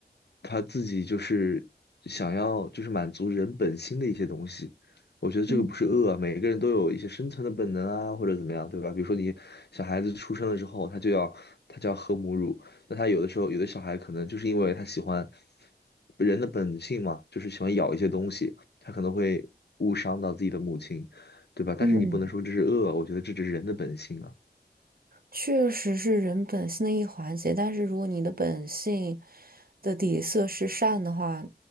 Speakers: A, on the left; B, on the right.
A: 他自己就是想要就是满足人本心的一些东西。我觉得这个不是恶啊每个人都有一些生存的本能啊，
B: 嗯
A: 或者怎么样，对吧？比如说你小孩子出生了之后，他就要他就要喝母乳，那他有的时候，有的小孩可能就是因为他喜欢人的本性嘛，就是喜欢咬一些东西，他可能会误伤到自己的母亲，对吧？
B: 嗯，
A: 但是你不能说这是恶，我觉得这只是人的本性啊。
B: 确实是人本性的一环节，但是如果你的本性的底色是善的话，